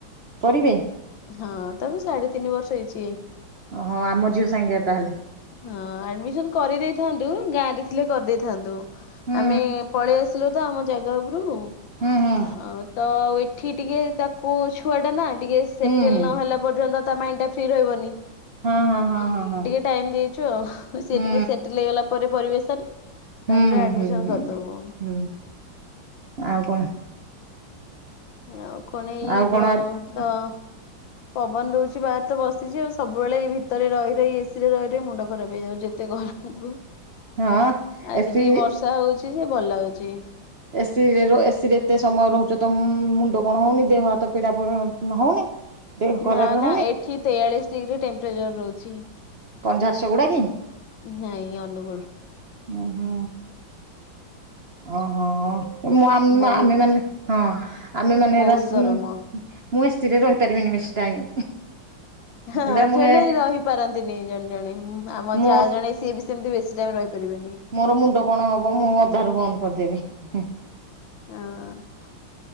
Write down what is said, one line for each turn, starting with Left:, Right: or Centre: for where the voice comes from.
Right: କରିବେ?
Left: ହଁ ତା କୁ ସାଢେ ତିନି ବର୍ଷ ହେଇଛି।
Right: ହଁ ଆମ ଝିଅ ସାଙ୍ଗରେ ତାହେଲେ।
Left: ହଁ ଆଡମିସନ କରିଦେଇଥାନ୍ତୁ, ଗାଁ ରେ ଥିଲେ କରିଦେଇଥାନ୍ତୁ,
Right: ହୁଁ
Left: ଆମେ ପଳେଇ ଆସିଲୁ ତ ଆମ ଜାଗା ଉପରକୁ।
Right: ହୁଁ ହୁଁ।
Left: ଅ ତ ଏଠି ଟିକେ ତାକୁ ଛୁଆ ଟା ନା, ଟିକେ ସେଟେଲ
Right: ହୁଁ ହୁଁ
Left: ନହେଲା ପର୍ଯ୍ୟନ୍ତ ତା ମାଇଣ୍ଡଟା ଫ୍ରି ରହିବନି।
Right: ହଁ ହଁ ହଁ ହଁ ହଁ।
Left: ଟାଇମ୍ ଦେଇଛୁ ଆଉ, ସିଏ
Right: ହୁଁ
Left: ଟିକେ ସେଟଲ ହେଇଗଲା ପରେ ପରିବେଶରେ
Right: ହୁଁ
Left: ତାପରେ ଆଡମିସନ
Right: ହୁଁ ହୁଁ
Left: କରିଦବୁ।
Right: ହୁଁ ଆଉ କଣ?
Left: ଆଉ କଣ ଏଇ
Right: ଆଉ କଣ
Left: ବ ତ
Right: <inaudible>
Left: ପବନ ଦଉଛି ବାହାରେ ତ ବସିଛି ଆଉ, ସବୁବେଳେ ଏଇ ଭିତରେ ରହି ରହି, ଏସି ରେ ରହି ରହି ମୁଣ୍ଡ ଖରାପ ହେଇଯାଉଛି। ଏତେ ଗରମ କୁ,
Right: ହଁ
Left: ଆଜି
Right: ଏସି
Left: ଟିକେ ବର୍ଷା ହଉଛି ଯେ ଭଲ ଲାଗୁଚି।
Right: ଏସି ରେ, ଏସି ରେ ଏତେ ସମୟ ରହୁଛ ତମ ମୁଣ୍ଡ କଣ ହଉନି, ଦେହ ହାତ ପୀଡା ହଉନି? ଦେହ ଖରାପ
Left: ନା ନା
Right: ହଉନି
Left: ଏଠି ତେୟାଳିଶ ଡିଗ୍ରୀ ଟେମ୍ପରେଚର ରହୁଛି।
Right: କଣ ଝାରସୁଗୁଡ଼ା କି?
Left: ନାଇଁ ଅନୁଗୁଳ।
Right: ହୁଁ ହୁଁ। ଓହୋ। ଆ
Left: ବହୁତ
Right: ଆମେମାନେ ହଁ ଆମେମାନେ
Left: ବହୁତ
Right: <unintelligible> ଆସିନୁ
Left: ଗରମ।
Right: <unintelligible> ମୁଁ ଏସିରେ ରହିପାରିବିନି ବେଶୀ ଟାଇମ।
Left: ହଁ
Right: ଏରା ମୁଁ
Left: ଜନେଇ
Right: ଏ
Left: ରହିପାରନ୍ତିନି ଜଣେ ଜଣେ ଆମ
Right: ମୋ
Left: ଯାହା ଜଣେ ସିଏ ବି ସେମତି ବେଶୀ ଟାଇମ ରହିପାରିବେନି।
Right: ମୋର ମୁଣ୍ଡ କଣ ହବ ମୁଁ ଅଧାରୁ ବନ୍ଦ କରିଦେବି।
Left: ହଁ।